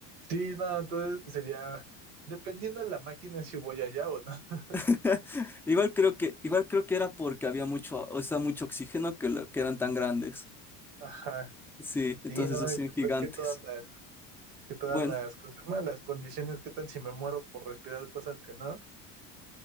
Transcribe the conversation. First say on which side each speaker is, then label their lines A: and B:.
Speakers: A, on the right; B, in the centre.
A: Sí, no, entonces sería, dependiendo de la máquina, si voy allá o no. <laughs>
B: <laughs> Igual creo que, igual creo que era porque había mucho, o sea, mucho oxígeno que, lo- que eran tan grandes.
A: Ajá,
B: Sí, entonces
A: sí, no,
B: hacían
A: y pues
B: gigantes.
A: ver que todas las, que todas
B: Bueno.
A: las cosas, bueno, las condiciones, qué tal si me muero por respirar cosas que no.